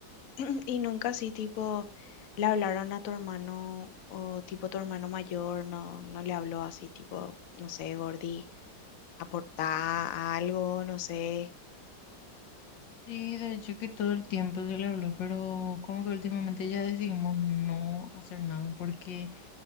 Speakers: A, on the left; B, on the left.
A: <clears throat> Y nunca así, tipo, le hablaron a tu hermano o tipo tu hermano mayor, no, no le habló así, tipo, no sé, Gordi, aportá algo, no sé.
B: Sí, de hecho que todo el tiempo se le habló, pero como que últimamente ya decidimos no hacer nada porque